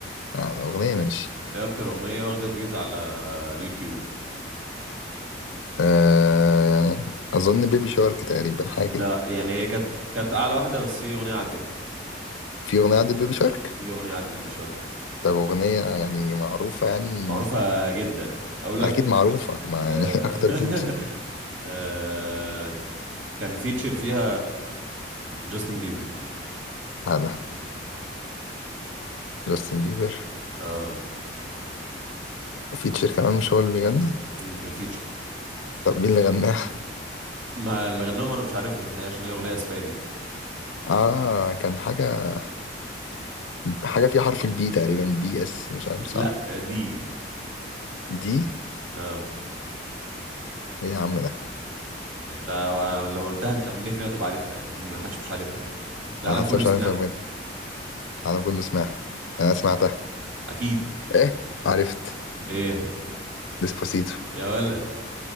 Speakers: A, on the left; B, on the right.
A: آه، الاغنية ماشي
B: ايه اكتر اغنيه واخده فيوز على يوتيوب
A: أه... اظن بيبي شارك تقريبا حاجة
B: لا
A: كده
B: يعني هي كانت كانت اعلى واحده بس في اغنيه عدتها
A: في اغنية عند بيبي شارك
B: في اغنيه عدت بيبي شارك
A: طب اغنية يعني معروفة يعني
B: معروفه جدا اقول
A: اكيد
B: لك
A: معروفة ما
B: آه
A: يعني <laughs> اكتر
B: <laughs>
A: بلوز
B: آه كان فيتشر فيها جاستن بيبر
A: هذا جاستن بيبر
B: اه
A: فيتشر كمان مش هو اللي بيغني
B: أمم، كان فيتشر
A: طب مين اللي غناها
B: <laughs> ما اللي غنوهم انا مش عارفهم الحقيقه عشان هي اغنيه اسباني
A: اه كان حاجة حاجة فيها حرف البي تقريبا بي اس مش عارف
B: لا
A: صح
B: دي
A: دي
B: اه
A: ايه يا عم ده
B: انت لو قلتها انت 100% هتبقى عارفها يعني في- محدش مش عارفها العالم
A: انا حاسس
B: كله
A: مش
B: سمعها
A: عارفها بجد انا كله سمعها انا سمعتها
B: اكيد
A: ايه عرفت
B: ايه
A: ديسباسيتو
B: يا ولد